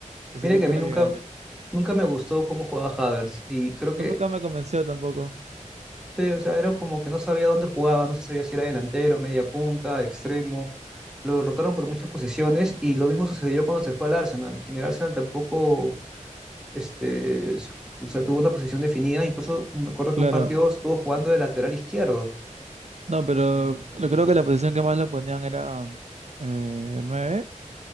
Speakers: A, on the right (about 55°); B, in the centre.
A: que sirvió
B: Mira que
A: para
B: a mí nunca,
A: que gane.
B: nunca me gustó cómo jugaba Havertz y creo que,
A: No me, acá me convenció tampoco.
B: sí, o sea, era como que no sabía dónde jugaba, no se sabía si era delantero, media punta, extremo. Lo rotaron por muchas posiciones y lo mismo sucedió cuando se fue al Arsenal. En el Arsenal tampoco, este, o sea, tuvo una posición definida. Incluso me acuerdo que
A: Claro,
B: un partido estuvo jugando de lateral izquierdo.
A: no, pero lo- creo que la posición que más lo ponían era eh, 9.